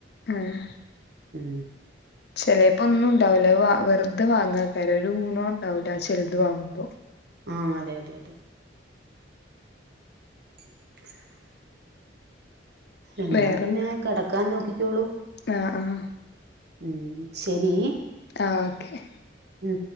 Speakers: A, on the left; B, on the right.
A: ആഹ്
B: ഉം
A: ചിലേപ്പൊ ഒന്നും ഉണ്ടാവില്ല വെറുതെ വാങ്ങാക്കാര് ഒരു ഗുണോ ഉണ്ടാവൂല്ല ചെലത് വാങ്ങുമ്പോ
B: ആഹ് അതെ അതെ അതെ <inaudible> എന്നാ
A: വേറെന്താ
B: പിന്നെ കെടക്കാൻ നോക്കിക്കോളൂ
A: ആഹ് ആഹ്
B: ഉം ശരി
A: ആ ഓക്കെ
B: ഉം